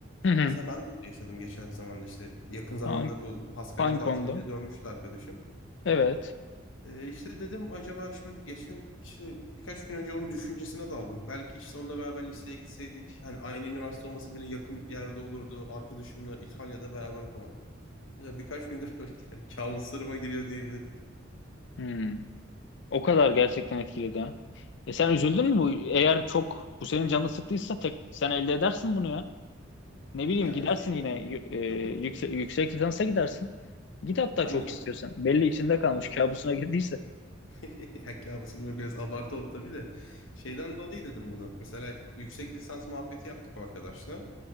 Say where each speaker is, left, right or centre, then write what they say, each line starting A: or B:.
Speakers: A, on the left; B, on the left.
A: Hı hı.
B: Mesela ben de onu yaşadım geçen zamanda işte yakın zamanda
A: Hangi,
B: bu Paskalya
A: hangi
B: tatiliyle
A: konuda?
B: dönmüştü arkadaşım.
A: Evet.
B: Ee, işte dedim acaba şimdi geçen işte birkaç gün önce onun düşüncesine daldım. Belki işte onunla beraber liseye gitseydik hani aynı üniversite olması bile yakın yerde olurdu. Arkadaşımla İtalya'da beraber okumak. Mesela birkaç gündür <laughs> böyle yani kabuslarıma giriyor diyebilirim.
A: Hmm. O kadar gerçekten etkiledi ha. E sen üzüldün mü bu? Eğer çok bu senin canını sıktıysa tek sen elde edersin bunu ya. Ne bileyim
B: Ya
A: gidersin
B: şeyden
A: yine
B: dolayı.
A: y- e,
B: Hı hı.
A: yüksek, yüksek lisansa gidersin. Git hatta
B: Aynen.
A: çok istiyorsan. Belli içinde kalmış
B: Hı.
A: kabusuna girdiyse.
B: <laughs> Ya kabus gibi biraz abartı oldu tabii de. Şeyden dolayı dedim bunu. Mesela yüksek lisans muhabbeti yaptık o arkadaşla.